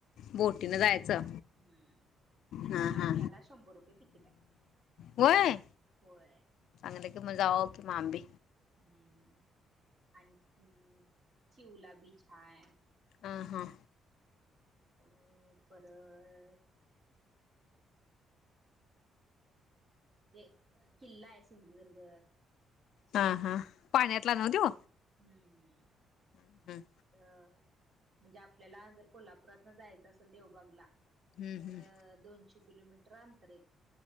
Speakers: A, on the left; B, on the right.
A: बोटीनं जायचं
B: हम्म्म एका
A: हा
B: माणसाला
A: हा
B: शंभर रुपये तिकिट आय,
A: होय
B: होय.
A: चांगलं कि मग जावा कि मग आंबे
B: हम्म आणि् अं चिवला बीछ हाय.
A: आं हां.
B: अं परत म्जे किल्ला आय सिंधुदुर्ग.
A: हां-हां पाण्यातला नव त्यो?
B: हम्-हम् म
A: हम्म
B: तितं म्हणजे आपल्याला जर कोल्हापुरातनं जायचं असेल देवबागला.
A: हम्म
B: तर
A: हम्म
B: दोनशे किलोमीटर अंतरेत.